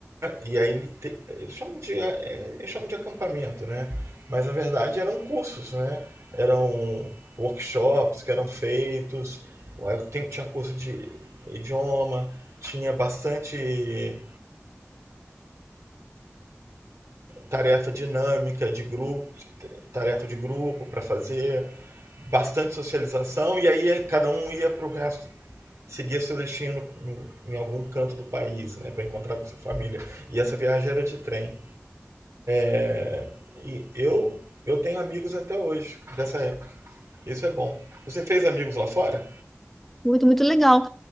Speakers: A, on the right; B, in the centre.
A: E aí eles chamam, de, é, eles chamam de acampamento, né? Mas na verdade eram cursos, né? Eram workshops que eram feitos, tinha curso de idioma, tinha bastante tarefa dinâmica de grupo, tarefa de grupo para fazer, bastante socialização e aí cada um ia para o resto seguia seu destino em algum canto do país, né, para encontrar com sua família. E essa viagem era de trem. É, e eu eu tenho amigos até hoje dessa época. Isso é bom. Você fez amigos lá fora?
B: Muito, muito legal.